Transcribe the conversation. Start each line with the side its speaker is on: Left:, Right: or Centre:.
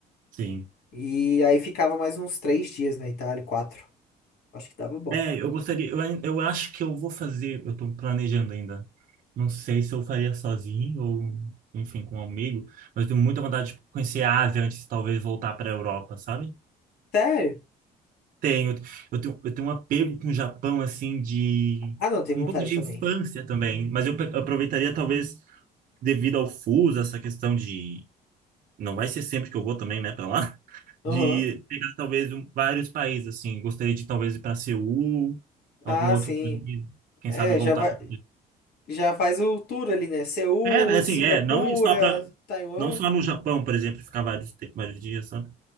Right: Sim.
Left: E aí ficava mais uns três dias na Itália, quatro. Acho que dava bom.
Right: É, eu gostaria, eu, ain- eu acho que eu vou fazer, eu tô planejando ainda. Não sei se eu faria sozinho ou, enfim, com um amigo, mas eu tenho muita vontade de conhecer a Ásia antes de talvez voltar para a Europa, sabe?
Left: Sério?
Right: Tenho, eu tenho, eu tenho um apego com o Japão, assim, de
Left: Ah, não, tem
Right: um
Left: vontade
Right: pouco de
Left: também.
Right: infância também, mas eu pe- aproveitaria talvez devido ao fuso, essa questão de não vai ser sempre que eu vou também, né, para lá, <laughs>
Left: Aham.
Right: de pegar talvez um- vários países, assim, gostaria de talvez ir para Seul, algum
Left: Ah,
Right: outro
Left: sim.
Right: país, quem
Left: É,
Right: sabe voltar
Left: já vai,
Right: para
Left: já faz o tour ali, né? Seul,
Right: É, é assim,
Left: Singapura,
Right: é, não ir só para
Left: Taiwan.
Right: não só no Japão, por exemplo, ficar vários te- vários dias, sabe?